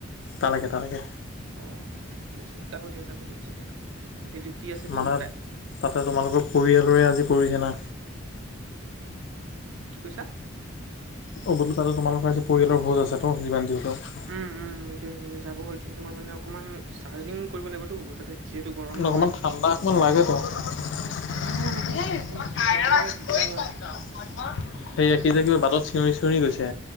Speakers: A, on the left; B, on the right.
A: তালকে তালকে।
B: অ', ঠিকে আছে যাব দিয়ক, যাব দিয়ক, যাব দিয় এতিয়া ডিউটি আছেতো
A: মানে
B: তাৰ।
A: তাতে তোমালোকৰ পৰিয়ালৰে আজি পৰিছে না।
B: কি কৈছা?
A: অ', বোলো তাতে তোমালোকৰ আজি পৰিয়ালৰ ভোজ আছে তো যিমান যি হলেও।
B: উম, উম, সেইটোয়ে সেই যাব এতিয়া তোমাৰ মানে অকমান চাৰ্জিং কৰিব লাগিবতো যাতে যিহেতু গৰম তোমাৰ
A: অকমান ঠাণ্ডা অকমান লাগেতো। <unintelligible>
B: ঠাণ্ডা অকমান লাগে ঠাণ্ডা অকমান লাগে নহ'লে দিগদাৰ হয়
A: সেয়া সি যে, কিবা বাটত চিঞৰি চিঞৰি গৈছে